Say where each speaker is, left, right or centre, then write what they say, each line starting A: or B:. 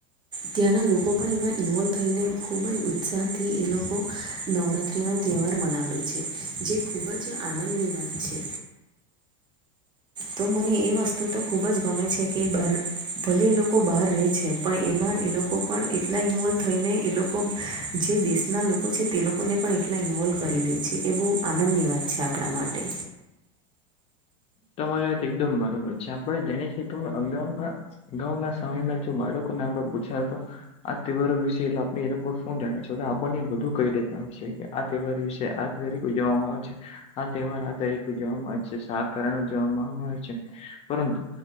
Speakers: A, on the right; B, on the left.
A: ત્યાંના લોકો પણ એમાં ઇન્વોલ્વ થઈને ખૂબ જ ઉત્સાહથી એ લોકો નવરાત્રી નો તહેવાર મનાવે છે જે ખૂબ જ આનંદ વાત છે તો મને એ વસ્તુ તો ખુબ જ ગમે છે. કે બાર ભલે એ લોકો બહાર રહે છે પણ એમાં એ લોકો લોકો પણ એટલા ઇન્વોલ્વ થઈને એ લોકો જે દેશના લોકો છે તે લોકોને પણ એટલા ઇન્વોલ્વ કરી લે છે એ બહુ આનંદની વાત છે આપણા માટે
B: તમારી વાત એકદમ બરોબર છે આપણે જેને હેતુ અગાઉના ગાઉ ના સમયમાં જો બાળકો ને આપણે પૂછાયતો આ તહેવારો વિશે એલે આપણે એ લોકો શું જાણે છે આપણને બધું કહી દેતા હોયશે આ તહેવાર વિશે આ તરીકે જોવામાં આવે છે આ તહેવાર આ તરીકે જોવામાં આવે છે શાક કારણ ઊજવવા માં આવે છે પરંતુ